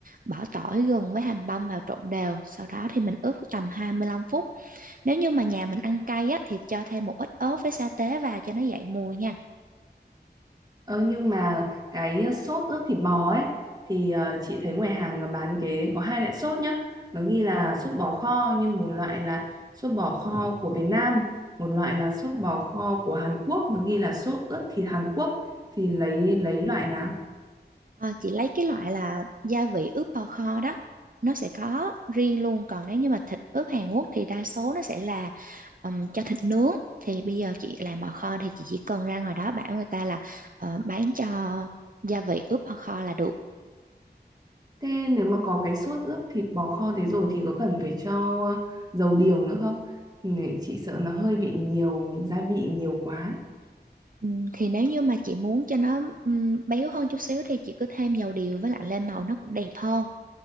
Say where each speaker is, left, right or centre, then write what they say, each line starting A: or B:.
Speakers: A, on the right (about 50°); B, on the right (about 20°).
A: bỏ tỏi gừng với hành băm vào trộn đều sau đó thì mình ướp tầm hai mươi lăm phút nếu như mà nhà mình ăn cay á, thì cho thêm một ít ớt với sa tế vào cho nó dậy mùi nha.
B: ờ, nhưng mà cái sốt ướp thịt bò ấy thì à, chị thấy ngoài hàng nó bán cái có hai loại sốt nhá nó ghi là sốt bò kho nhưng một loại là sốt bò kho của Việt Nam một loại là sốt bò kho của Hàn Quốc nó ghi là sốt ướp thịt Hàn Quốc thì lấy lấy loại nào
A: Ờ, chị lấy cái loại là gia vị ướp bò kho đó. Nó sẽ có riêng luôn. Còn nếu như mà thịt ướp Hàn Quốc thì đa số nó sẽ là ừm, cho thịt nướng. Thì bây giờ chị làm bò kho thì chị chỉ cần ra ngoài đó bảo người ta là ờ, bán cho gia vị ướp bò kho là được.
B: Thế nếu mà có cái sốt ướp thịt bò kho thế rồi thì có cần phải cho ờ, dầu điều nữa không? Nè, Chị sợ nó hơi bị nhiều gia vị nhiều quá.
A: Ừm, thì nếu như mà chị muốn cho nó ừm, béo hơn chút xíu thì chị cứ thêm dầu điều với lại lên màu nó cũng đẹp hơn.